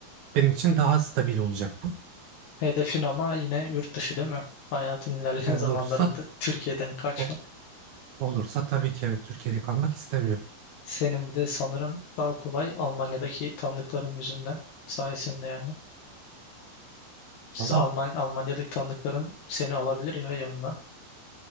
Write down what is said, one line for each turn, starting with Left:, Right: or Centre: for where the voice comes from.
Right: benim için daha stabil olacak bu.
Left: Hedefin ama yine yurt dışı değil mi? Hayatın ilerleyen
Right: O
Left: <laughs> zamanlarında
Right: Olursa
Left: Türkiye'den kaçma.
Right: o Olursa tabii ki evet Türkiye'de kalmak istemiyorum.
Left: Senin bir de sanırım daha kolay Almanya'daki tanıdıkların yüzünden sayesinde yani. Siz
Right: Valla
Left: Alman Almanya'daki tanıdıkların seni alabilir ya yanına.